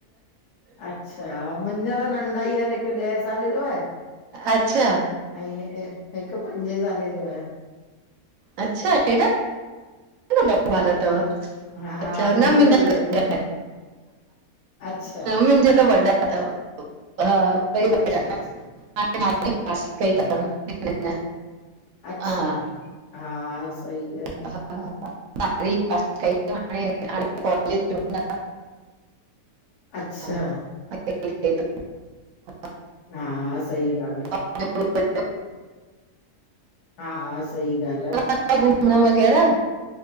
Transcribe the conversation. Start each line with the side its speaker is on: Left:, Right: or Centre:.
Left: अच्छा मुंॼा त नंढा ई आयन हिक ॾह साल ॼो आये।
Right: अछा
Left: अएं, हिक, हिक पंजे सालें जो आहे।
Right: अच्छा, एॾा नंढ़ा नंढ़ा, ॿार तव?
Left: हा हा
Right: अच्छा, न
Left: नंढा
Right: मुंजा
Left: ई
Right: त
Left: आहिन,
Right: वॾा एन,
Left: अच्छा
Right: मुंजा त वॾा तव। हा, ॿई वॾा
Left: अच्छा
Right: एन।
Left: अच्छा
Right: <unintelligible>
Left: हा अच्छा,
Right: हा
Left: हा सही
Right: <unintelligible>
Left: आ, अच्छा
Right: में <inaudible>
Left: हा, सही ॻाल्ह आ।
Right: <inaudible>
Left: हा, सही ॻाल्ह आ।
Right: पेका, घुमण वगैरा,